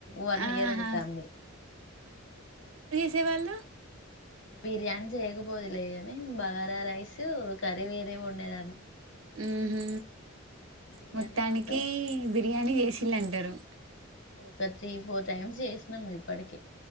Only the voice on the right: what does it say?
ఆహా
సే వాళ్ళు.
హుహ్
మొత్తానికి
బిర్యానీ
చేసిళ్ళంటరు.